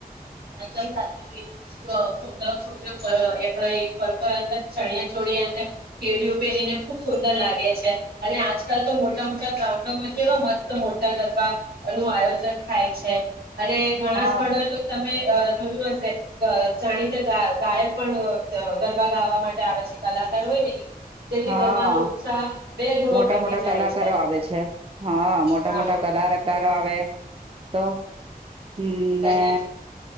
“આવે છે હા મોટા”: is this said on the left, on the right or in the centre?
Right